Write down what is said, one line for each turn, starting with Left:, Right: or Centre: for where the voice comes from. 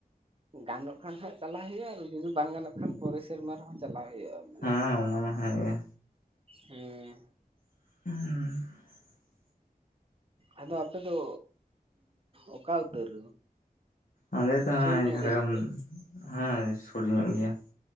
Right: ᱜᱟᱱᱚᱜ ᱠᱷᱟᱱ ᱦᱟᱸᱜ ᱪᱟᱞᱟᱜ ᱦᱩᱭ ᱡᱩᱫᱤ ᱵᱟᱝ ᱜᱟᱱᱚᱜ ᱠᱷᱟᱱ ᱯᱚᱨᱮ ᱥᱮᱨᱢᱟ ᱨᱮᱦᱚᱸ ᱪᱟᱞᱟᱜ ᱦᱩᱭᱩᱜᱼᱟ
Left: ᱦᱮᱸ ᱚᱱᱟ ᱢᱟ ᱦᱸᱮ, ᱜᱮ
Right: ᱦᱩᱸ
Left: <unintelligible>
Right: ᱟᱫᱚ ᱟᱯᱮ ᱫᱚ ᱚᱠᱟ ᱩᱛᱟᱹᱨ,
Left: ᱟᱞ ᱛᱚᱮ
Right: ᱥᱩᱨ ᱧᱚᱜ
Left: ᱡᱷᱟᱲᱜᱨᱟᱢ
Right: ᱜᱮᱭᱟ ᱥᱮ ᱪᱮᱫ
Left: ᱦᱮᱸ ᱥᱩᱨ ᱧᱚᱜ ᱜᱮᱭᱟ